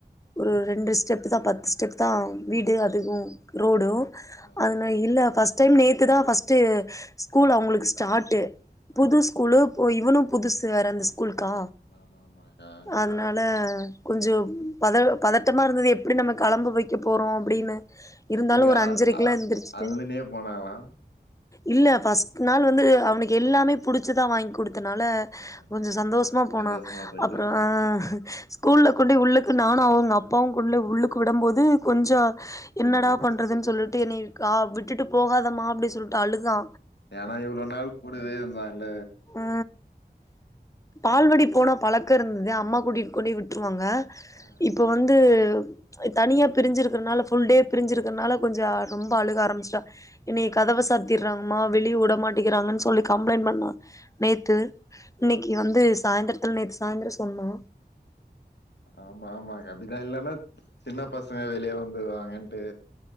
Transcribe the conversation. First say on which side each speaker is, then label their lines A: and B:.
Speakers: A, on the left; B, on the left.
A: ஒரு ரெண்டு ஸ்டெப்பு தா பத்து ஸ்டெப்தா வீடு அதுவோ ரோடோ
B: ஓகே
A: அதுன
B: ஓகேக்கா
A: இல்ல ஃபஸ் ஸ்ட் ட்டைம் நேத்து தா ஃபஸ்ட்டு ஸ்கூல் அவுங்ளுக்கு ஸ்டார்ட்டு புது
B: ஆ
A: ஸ்கூலு இப்போ இவுனு புதுசு வேற இந்த ஸ்கூல்கா
B: ஆமா ஆமா அதா
A: அதனால கொஞ்சோ பத பதட்டமா இருந்தது எப்டி நம்ம களம்ப வெக்க போறோ அப்டினு இருந்தாலு
B: எப்டிக்கா
A: ஒரு அஞ்சரைக்லா
B: அ
A: எந்திர்சிட்டு
B: அழுதுனே போனாலா
A: இல்ல ஃபஸ்ட் நாள் வந்து அவுனுக்எல்லாமே புடிச்சுதா வாங்கிகுடுத் தனால
B: ஆ
A: கொஞ்சோ சந்தோஸ்மா போனா
B: சந்தோஷமா போயிட்டு
A: அப்றோ
B: வன்ட்டா
A: ஆ கூல்ல கொண்டு உள்ளுக்கு நானோ அவுங்க அப்பாவோ குள்ள உள்ளுக்கு விடம்போது கொஞ்சோ
B: கொஞ்ச
A: என்னடா
B: கஷ்
A: பண்ணறதுனு சொல்லிட்டு
B: ஆ
A: என்னய கா விட்டுட்டு போகாதமா அப்டினு சொல்லிட்டு அழுதா
B: ஏனா இவ்ளோ நாள் கூடவே இருந்தா இல்ல
A: அ பால்வடி போன பழக்கோ இருந்தது அம்மா கூட்டிட்டு கொண்டு விட்ருவாங்க
B: ஆ
A: இப்போ வந்துப் ம்ச் தனியா பிரிஞ்சிருக்கறனால ஃபுல் டே பிரிஞ்சிருக்கறனால கொஞ்ச ரொம்ப அழுக ஆரம்பிச்சிட்டா என்னய கதவ சாத்திடுறாங்கமா வெளியே உடமாட்டக்கிறாங்கனு சொல்லி கம்ப்ளைன்ட் பண்ணா நேத்து இன்னிக்கு
B: ஆ
A: வந்து சாயந்திரத்துல நேத்து சாயந்திரோ சொன்னா
B: ஆமா ஆமாங்க அப்டிதா இல்லன்னா சின்ன பசங்க வெளியே வந்து வாங்கன்ட்டு